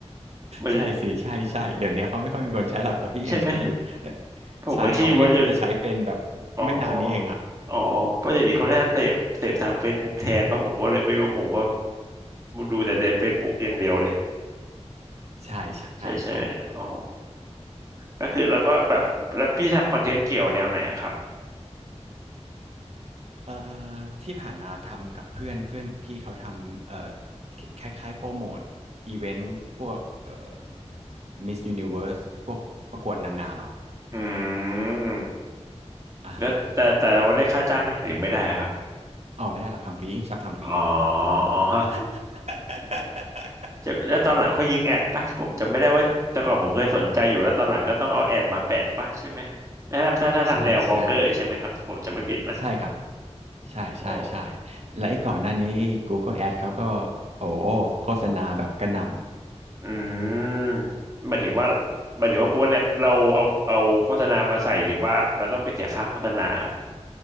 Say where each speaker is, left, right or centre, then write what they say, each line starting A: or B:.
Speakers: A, on the right; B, on the right.
A: มัน
B: ใช่สิใช่ใช่เดี๋ยวนี้เขาไม่ค่อยมีคนใช้หรอกแต่พี่ยังใช้อยู่
A: ใช่ไหมผมก็คิดอยู่ว่าจะ
B: ใช่เพราะพี่ก็เพิ่งจะใช้เป็นแบบไม่นานนี้เองอ่ะ
A: อ๋ออ๋อเพราะเดี๋ยวนี้เขาน่าเสพเสพทางเฟซบุ๊กแทนป่ะผมก็เลยไม่รู้ผมก็ดูแต่ในเฟซบุ๊กอย่างเดียวเลย
B: ใช่ใช่ใช่
A: ใช่ใช่อ๋อก็คือเราก็แบบแล้วพี่ทำคอนเทนต์เกี่ยวแนวไหนอะครับ
B: เอ่อที่ผ่านมาทำกับเพื่อนเพื่อนพี่เขาทำเอ่อคล้ายๆโปรโมทอีเวนต์พวกเอ่อมิสยูนิเวิร์สพวกประกวดนางงามอ่ะ
A: อืม
B: อ่าฮะ
A: แล้วแต่แต่เราได้ค่าจ้างไหมหรือไม่ได้อะครับ
B: อ๋อไม่ได้หรอกทำฟรีชอบทำฟรี
A: อ๋ออ๋อ <laughs>
B: <laughs>
A: จะแล้วตอนหลังเขายิงแอดป่ะผมจำไม่ได้ว่าแต่ก่อนผมเคยสนใจอยู่แล้วตอนหลังก็ต้องเอาแอดมาแปะป่ะใช่ไหมนะครับถ้าถ้าทำแนวบล็อกเกอร์ใช่ไหมครับถ้าผมจำไม่ผิดนะ
B: ใช่ใช่ใช่ครับ ใช่ใช่ใช่
A: อ๋อ
B: และไอ้ก่อนหน้านี้ไอ้ Google Ads เขาก็โอ้โฆษณาแบบกระหน่ำ
A: อืมหมายถึงว่าหมายถึงว่ากูว่าแรปเราเอาเอาโฆษณามาใส่หรือว่าเราต้องไปเสียค่าโฆษณาครับ